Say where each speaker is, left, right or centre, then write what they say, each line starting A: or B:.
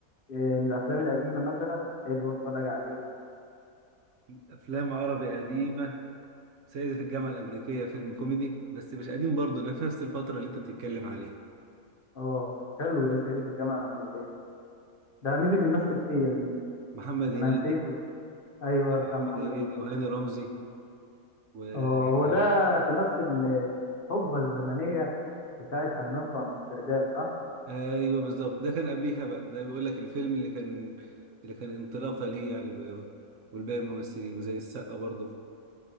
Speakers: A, on the left; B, on the right.
A: آه، من الأفلام القديمة مثلا حلو أتفرج عليه
B: افلام عربي قديمة سيدي في الجامعة الأمريكية فيلم كوميدي بس مش قديم برضه أنا في نفس الفترة اللي انت بتتكلم عليها
A: أه حلو ده صعيدي في الجامعة الأمريكية ده مين اللي بيمثل فيه يا زميلي
B: ومحمد هنيدي
A: أنا نسيته أيوه
B: محمد
A: بتاع محمد
B: هنيدي
A: هنيدي
B: وهاني رمزي و
A: أه هو ده في نفس الحقبة الزمنية بتاعت همام في أمستردام صح؟
B: ايوه بالظبط ده كان قبليها بقى ده بيقول لك الفيلم اللي كان اللي كان انطلاقه ليه يعني بقى والباقي الممثلين زي السقا برضه